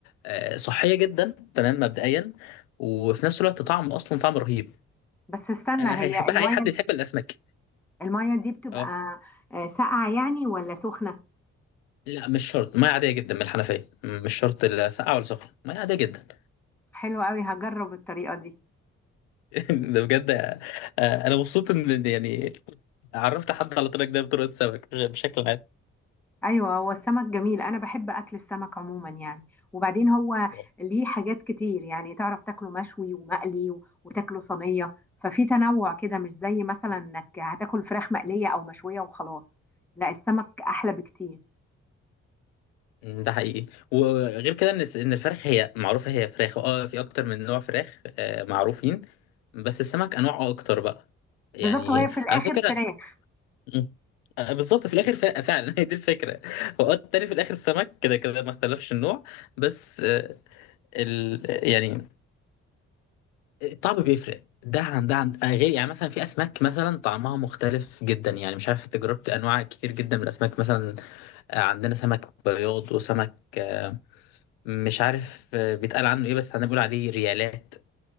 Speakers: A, on the left; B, in the centre.
A: آه، صحيه جدا تمام مبدئيا وفي نفس الوقت طعم اصلا طعم رهيب
B: بس استنى
A: آه،
B: هي
A: هيحبها
B: المية
A: اي حد يحب الاسماك
B: المية دي بتبقى
A: اه
B: آه، ساقعة يعني ولا سخنة
A: لا مش شرط ميه عاديه جدا من الحنفيه مش شرط لا ساقعه ولا سخنه ميه عاديه جدا
B: حلوة قوي هجرب الطريقة دي
A: <laughs> ده بجد آه، انا مبسوط ان يعني عرفت حد على طريقك ده بطرق السمك بشكل
B: ايوه هو السمك جميل انا بحب اكل السمك عموما يعني وبعدين هو
A: عام
B: ليه حاجات كتير يعني تعرف تاكله مشوي ومقلي و- وتاكله صينيه ففي تنوع كده مش زي مثلا انك هتاكل فراخ مقليه او مشويه وخلاص لا السمك احلى بكتير
A: مم، ده حقيقي وغير كده ان الس- ان الفراخ هي معروفه هي فراخ اه في اكتر من نوع فراخ آه، معروفين بس السمك انواعه اكتر بقى يعني
B: بالظبط وهي في الاخر
A: على فكره
B: فراخ
A: مم، آه، بالظبط في الاخر ف- فعلا <laughs> هي دي الفكره هو آه، التاني في الاخر السمك كده كده ما اختلفش النوع بس آه، ال... يعني الطعم بيفرق ده عن ده عن آه، غير يعني مثلا في اسماك مثلا طعمها مختلف جدا يعني مش عارف انت جربت انواع كتير جدا من الاسماك مثلا آه، عندنا سمك بياض وسمك آه، مش عارف آه، بيتقال عنه ايه بس هنقول عليه ريالات